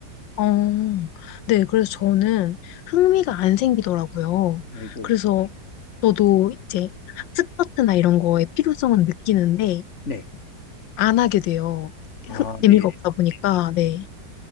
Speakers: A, on the left (about 85°); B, on the left (about 40°).
A: 어, 네. 그래서 저는 흥미가 안 생기더라고요.
B: 아이고.
A: 그래서 저도 이제 학습 파트나 이런 거에 필요성은 느끼는데
B: 네.
A: 안 하게 돼요.
B: 아,
A: 흥- 재미가
B: 네.
A: 없다 보니까. 네.